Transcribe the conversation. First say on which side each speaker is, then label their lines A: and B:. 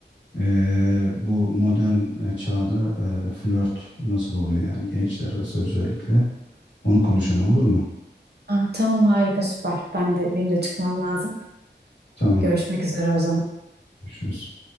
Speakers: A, on the left; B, on the right.
A: Eee, bu modern e, çağda e, flört nasıl oluyor yani gençler arası özellikle onu konuşalım olur mu?
B: Ah, tamam harika süper. Ben de benim de çıkmam lazım.
A: Tamam,
B: Görüşmek üzere o zaman.
A: görüşürüz.